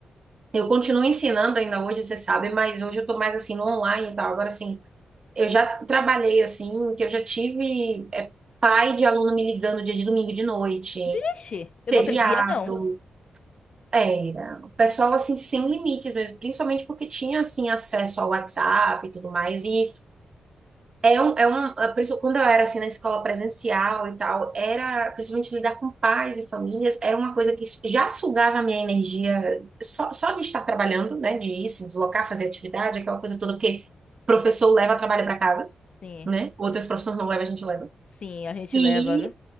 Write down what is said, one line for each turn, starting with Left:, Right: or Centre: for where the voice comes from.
Right: eu continuo ensinando ainda hoje, você sabe, mas hoje eu tô mais assim no online e tal. Agora, assim, eu já trabalhei assim, que eu já tive é, pai de aluno me ligando dia de domingo de noite.
Left: ixi, eu
Right: Feriado,
Left: não atendia, não.
Right: era. O pessoal, assim, sem limites mesmo, principalmente porque tinha, assim, acesso ao WhatsApp e tudo mais. E é um, é um, é por isso, quando eu era, assim, na escola presencial e tal, era, principalmente lidar com pais e famílias, era uma coisa que já sugava a minha energia só, só de estar trabalhando, né, de ir se deslocar, fazer atividade, aquela coisa toda, porque professor leva trabalho para casa,
Left: Sim,
Right: né? Outras profissões não levam, a gente leva.
Left: sim, a gente
Right: e
Left: leva, viu?